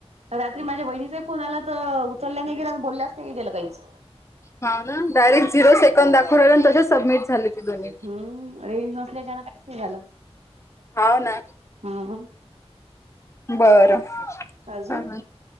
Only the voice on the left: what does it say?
हा ना डायरेक्ट झिरो सेकड दाखवहिल तच सबमिट झाले ती दोन्ही
होव ना
बरं
हा हा